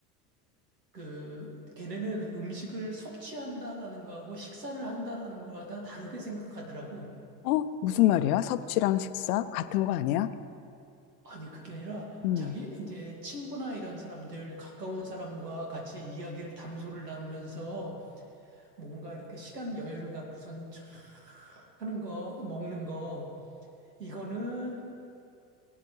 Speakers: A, on the right; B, on the left.
A: 그 걔네는 음식을 섭취한다라는 거하고 식사를 한다라는 거가 다 다르게 생각하더라고.
B: 어? 무슨 말이야? 섭취랑 식사? 같은 거 아니야?
A: 아니, 그게 아니라
B: 음,
A: 자기 이제 친구나 이런 사람들, 가까운 사람과 같이 이야기를 담소를 나누면서 뭐 뭔가 이렇게 시간 여유를 갖고선 촥 하는 거, 먹는 거, 이거는